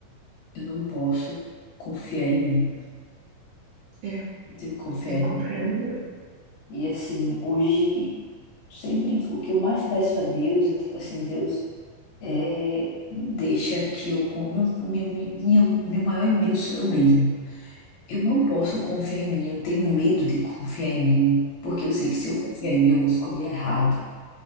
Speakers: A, on the left (about 75°); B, on the right (about 75°).
A: eu não posso confiar em mim.
B: É,
A: Eu tenho que confiar
B: tem
A: em
B: que confiar
A: mim.
B: em Deus.
A: E assim, hoje, sempre o que eu mais peço a Deus é tipo assim, Deus. É, deixa que eu. con- Meu, meu, mi- minha, meu maior inimigo sou eu mesma. Eu não posso confiar em mim, eu tenho medo de confiar em mim, porque eu sei que se eu confiar em mim, eu vou escolher errado.